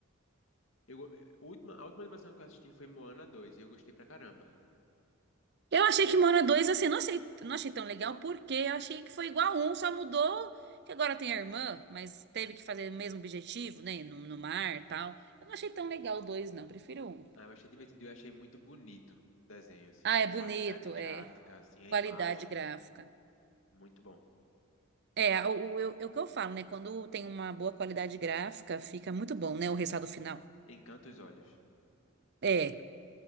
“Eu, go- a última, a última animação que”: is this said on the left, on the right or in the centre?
Left